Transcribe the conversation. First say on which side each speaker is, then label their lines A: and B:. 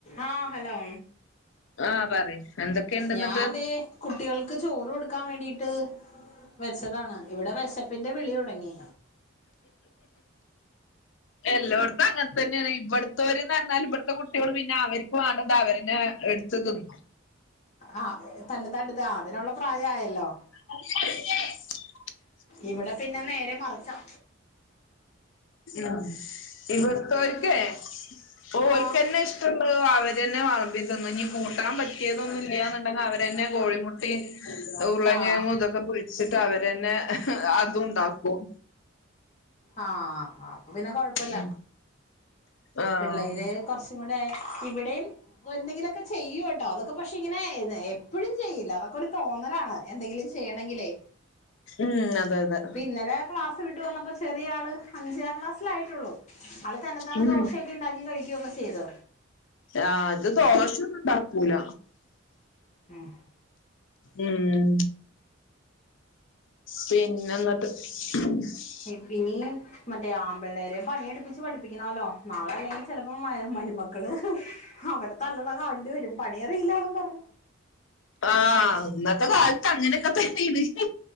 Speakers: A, on the left (about 35°); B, on the left (about 65°).
A: ആഹ് hello
B: ആഹ് പറയ് എന്തൊക്കെയുണ്ട്
A: ഞാൻതെ
B: ന്നിട്ട്
A: കുട്ടികൾക്ക് ചോറ് കൊടുക്കാൻ വേണ്ടീട്ട് വെച്ചതാണ് ഇവിടെ വിശപ്പിന്റെ വിളി തുടങ്ങി
B: എല്ലോട് ത്തും അങ്ങനെ തന്നെയാണ് ഇവിടുത്തെവര്ന്ന് പറഞ്ഞാൽ ഇവിടുത്തെ കുട്ടികൾ പിന്നെ അവർക്ക് വേണെ അത് അവര് തന്ന എടുത്ത് തിന്നും
A: ആഹ് തന്നത്താൻ എടുത്ത് ആഹ് അതിനുള്ള പ്രായആയല്ലോ
B: <unintelligible>
A: ഇവിടെ പിന്നെ നേരെ മറിച്ചാ
B: ഉം ഇവിടുത്തോൽക്കേ ഓൽക്കന്നെ
A: ആഹ്
B: ഇഷ് ട്ടവുള്ളത് അവരന്നെ വെളമ്പിതിന്നും ഇനി കൂട്ടാൻ പറ്റിയതൊന്നും ഇല്ലന്നുണ്ടെങ്കിൽ അവരെന്നെ കോഴിമുട്ടേ ഉരുളംകിഴങ്ങും
A: ആഹ്
B: ഇതൊക്കെ പൊരിച്ചിട്ട് അവരന്നെ അതും ഉണ്ടാക്കും
A: ആഹ് അപ്പൊ പിന്നെ കൊഴപ്പില്ല
B: ഉം ആഹ്
A: പിള്ളേര് കുറച്ചും കൂടെ ആയ ഇവിടെയും എന്തെങ്കിലുമൊക്കെ ചെയ്യൂ കേട്ടോ അതൊ പക്ഷെ ഇങ്ങനെ എപ്പഴും ചെയ്യില്ല അതൊക്കെ ഒരു തോന്നലാണ് എന്തെങ്കിലും ചെയ്യണെങ്കിലേ
B: ഉം അതെ അതെ
A: അപ്പൊ ഇന്നലെ ക്ലാസ് വിട്ട് വന്നപ്പോ ചെറിയ ആള് അഞ്ചാം ക്ലാസ്സിലായിട്ടുള്ളൂ ആള് തന്നെ താനെ
B: ഉം
A: ദോശൊക്കെ ഉണ്ടാക്കി കഴിക്കുവൊക്കെ ചെയ്ത്
B: ആഹ് ഇത് ദോശഒന്നുംണ്ടാക്കൂല
A: ആഹ്
B: ഉം പിന്നെ എന്നിട്ട് <unintelligible>
A: ഇപ്പിനി മറ്റേ ആമ്പിള്ളേരെ പണിയെടുപ്പിച്ച് പഠിപ്പിക്കണല്ലോ നാളെ അല്ലെങ്കിൽ ചിലപ്പോ മരുമക്കള് അവര് തല്ലണ കാണേണ്ടി വരും പണി അറിയില്ല എന്നും പറഞ്ഞ്
B: ആഹ് ഇന്നത്തെ കാലത്ത് അങ്ങനെയൊക്കെ തന്നെയാണ്